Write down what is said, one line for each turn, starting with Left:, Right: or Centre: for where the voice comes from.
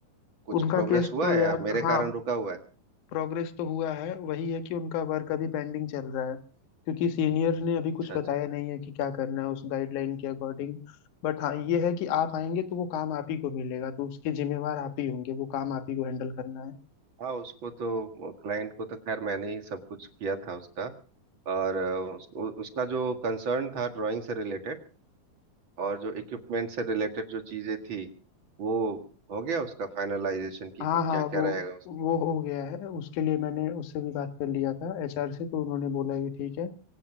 Right: कुछ
Left: उनका
Right: प्रोग्रेस
Left: केस
Right: हुआ
Left: तो
Right: है
Left: यार
Right: या मेरे
Left: हाँ
Right: कारण रुका हुआ है
Left: प्रोग्रेस तो हुआ है वही है कि उनका वर्क अभी पेंडिंग चल रहा है क्योंकि सीनियर ने अभी कुछ
Right: अच्छा अच्छा
Left: बताया नहीं है कि क्या करना है उस गाइडलाइन के अकॉर्डिंग बट हाँ ये है कि आप आएंगे तो वो काम आप ही को मिलेगा तो उसके जिम्मेवार आप ही होंगे वो काम आप ही को हैंडल करना है
Right: हाँ उसको तो क्लाइंट को तो खैर मैंने ही सब कुछ किया था उसका और अ, उस, उ, उसका जो कंसर्न था ड्राइंग से रिलेटेड और जो इक्विपमेंट से रिलेटेड जो चीजें थी वो हो गया उसका फाइनलाइजेशन की
Left: हाँ
Right: क्या
Left: हाँ
Right: क्या
Left: वो
Right: रहेगा उसका
Left: वो हो गया है उसके लिए मैंने उससे भी बात कर लिया था एचआर से तो उन्होंने बोला कि ठीक है